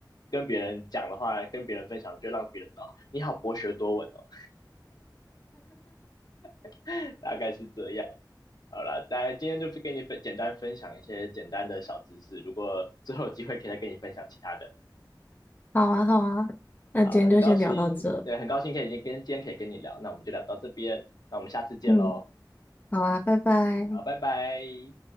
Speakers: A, on the left; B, on the left.
A: 跟别人讲的话，跟别人分享，就让别人知道你好博学多闻哦，<laughs> 大概是这样。好了，大家今天就不跟你分简单分享一些简单的小知识，如果之后有机会可以再跟你分享其他的。
B: 好啊，好啊，那今天就先聊到这。
A: 好，那很高兴，对，很高兴可以今天今天可以跟你聊，那我们就聊到这边，那我们下次见喽，
B: 嗯，好啊，拜拜。
A: 好，拜拜。